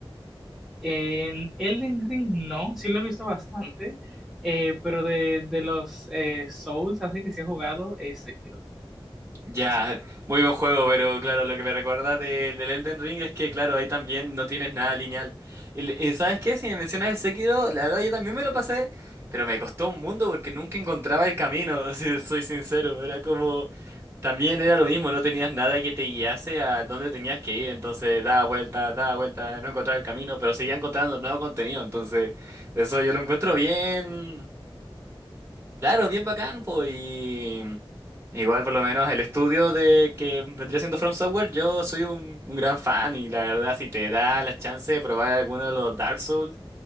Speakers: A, in the centre; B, on the right.
A: En Elden Ring no, sí lo he visto bastante, eh, pero de, de los eh, Souls, así que sí he jugado ese,
B: Ya, muy buen juego, pero claro, lo que me recuerda de- del Elden Ring es que, claro, ahí también no tienes nada lineal. Y, le- y ¿sabes qué? Si me mencionas el Sekiro, la verdad yo también me lo pasé, pero me costó un mundo porque nunca encontraba el camino, <laughs> si soy sincero. Era como, también era lo mismo, no tenías nada que te guiase a dónde tenías que ir, entonces da vuelta, da vuelta, no encontraba el camino, pero seguía encontrando nuevo contenido, entonces eso yo lo encuentro bien. Claro, bien bacán, pues. Y igual, por lo menos, el estudio de que vendría siendo From Software, yo soy un, un gran fan. Y la verdad, si te da la chance de probar alguno de los Dark Souls,